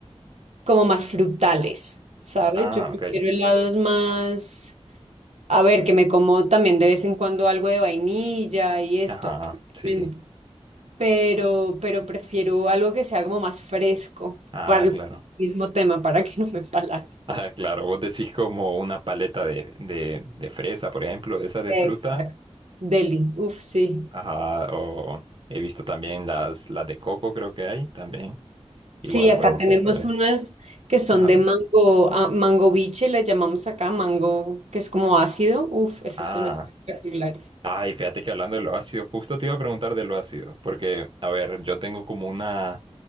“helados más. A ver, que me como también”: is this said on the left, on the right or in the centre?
Right